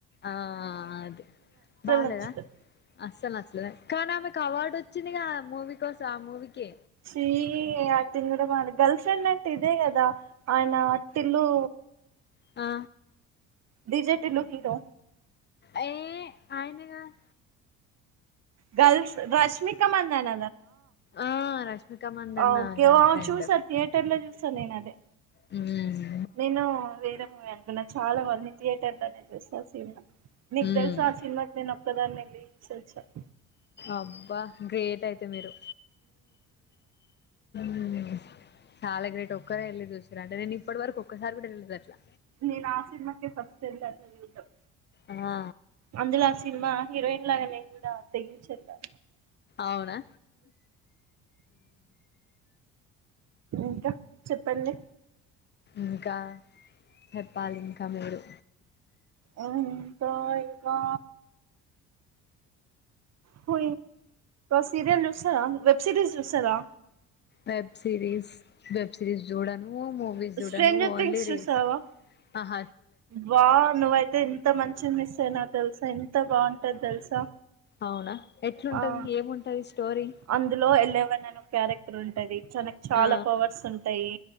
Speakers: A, on the left; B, on the right.
A: ఆ అదే బాలేదా
B: నచ్చలే
A: అసలు అస్లేద కానీ ఆమెకు అవార్డు చిన్నగా ఆ మూవీ కోసం ఆ మూవీకి
B: సీ <unintelligible> కూడా గర్ల్ ఫ్రెండ్ అంట ఇదే కదా ఆయన టీలు
A: ఆ
B: డిజె టిట్లు హీరో
A: ఏ ఆయన గాదు
B: గర్ల్ రష్మిక మందన
A: ఆ రష్మిక మందన్న
B: ఓకే
A: గర్ల్
B: ఆ
A: ఫ్రెండ్
B: చూసాను థియేటర్ లో చూసా నేను అదే
A: అ
B: నేను వేరే మూవీ అనుకున్నా చాలా మంది థియేటర్ లోనే చూస సినిమా నీకు
A: ఉమ్
B: తెల్సా ఆ సినిమా నేను ఒక్కదాన్ని ఎల్లి చూసి ఆచ
A: అబ్బా గ్రేట్ అయితే మీరు మ్మ్. చాలా గ్రేట్ ఒక్కరు వెళ్ళి చూసారు అంటే నేను ఇప్పటి వరకు ఒక్కసారి కూడా చిల్లేదు అట్లా
B: నేను ఆ సినిమాకే ఫస్ట్ ఎల్లా థియేటర్
A: ఆ
B: అందులో ఆ సినిమా హీరోయిన్ లాగానే నేను కూడా తెగించేల్లా
A: అవునా
B: ఇంకా చెప్పండి
A: ఇంకా చెప్పాలి ఇంకా మీరే
B: <inaudible> ఇంకా ఇంకా హూ సిరియల్ చూస్తావా వెబ్ సిరీస్ చూస్తారా
A: వెబ్ సిరిస్ వెబ్ సిరీస్ జూడను మూవీస్ జూడను
B: స్ట్రేంజర్
A: ఓన్లీ
B: థింగ్స్ చూసావా
A: రీల్స్ ఆహ
B: బా నువ్వయితే ఎంత మంచి మిస్ అయినావు తెలుసా ఎంత బాగుంటది తెలుసా
A: అవునా ఎట్లుంటది
B: ఆ
A: ఏముంటది స్టోరీ
B: అందులో ఎలెవెన్ అనే క్యారెక్టర్ ఉంటది చన చాలా
A: ఆ
B: పవర్స్ ఉంటాయి